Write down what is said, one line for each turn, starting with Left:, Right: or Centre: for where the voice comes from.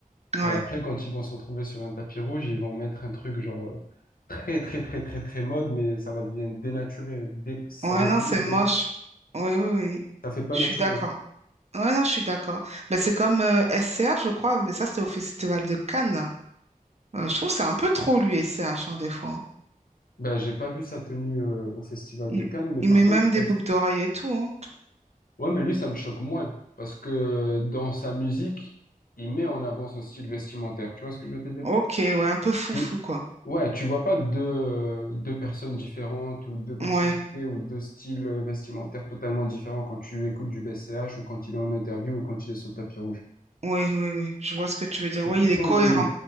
Right: Ouais.
Left: Et après, quand ils vont se retrouver sur un tapis rouge, ils vont mettre un truc, genre, euh, très, très, très, très, très mode, mais ça va devenir dénaturé. dé- Ça
Right: Ouais,
Left: vient
Right: non,
Left: dénoté.
Right: c'est moche. Oui, oui, oui.
Left: Ça fait pas
Right: Je
Left: naturel.
Right: suis d'accord. Ouais, non, je suis d'accord. Mais c'est comme euh, S C H je crois, mais ça, c'était au Festival de Cannes. Euh, je trouve que c'est un peu trop, lui, S C H hein, des fois.
Left: Ben, j'ai pas vu sa tenue, euh, au Festival
Right: Il,
Left: de Cannes, mais
Right: il
Left: par
Right: met
Left: contre,
Right: même des
Left: euh,
Right: boucles d'oreilles et tout. hein.
Left: ouais, mais lui, ça me choque moins. Parce que dans sa musique, il met en avant ce style vestimentaire. Tu vois ce que je veux te dire?
Right: Ok, ouais, un peu foufou,
Left: Tu...
Right: quoi.
Left: Ouais, tu vois pas deux, deux personnes différentes ou deux personnalités
Right: Ouais,
Left: ou deux styles vestimentaires totalement différents quand tu écoutes du BCH ou quand il est en interview ou quand il est sur le tapis rouge.
Right: oui, oui, oui, je vois ce que tu veux dire.
Left: C'est
Right: Oui,
Left: toujours
Right: il est cohérent.
Left: le même.